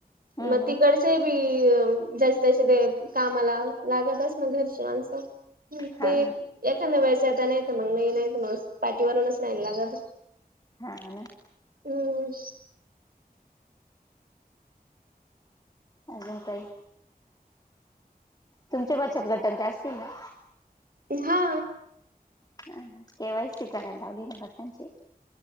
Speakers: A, on the left; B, on the right.
A: हम्म
B: मग
A: हम्म
B: तिकडचे ज तसे ते कामाला लागतच. ना घरच्यावांस
A: हा
B: ते एखादा वेस आता नाही. तर मग नाही नाहीत मग पाठीवरूनच नाहीला लागत
A: हा आणि
B: हम्
A: अजून काई तुमच्या बचत घटन ते असतील ना
B: हा
A: ह के वयस शिकलालीन घट्टनची